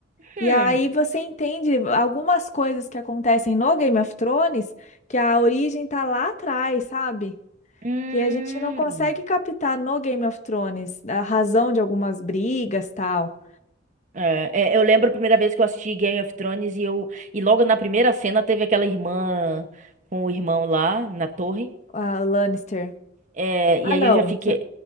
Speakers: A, on the right; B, on the left.
A: Hum.
B: E aí você entende algumas coisas que acontecem no Game of Thrones, que a origem tá lá atrás, sabe?
A: Hum.
B: que a gente não consegue captar no Game of Thrones a razão de algumas brigas, tal.
A: É, é, eu lembro a primeira vez que eu assisti Game of Thrones e eu e logo na primeira cena teve aquela irmã com o irmão lá na torre.
B: A Lannister.
A: É,
B: Ah,
A: e aí
B: não.
A: eu já fiquei